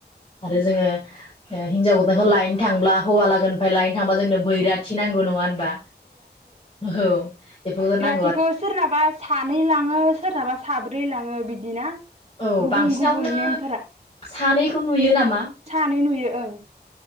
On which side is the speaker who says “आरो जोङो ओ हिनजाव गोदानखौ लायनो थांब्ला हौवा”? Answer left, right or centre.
Left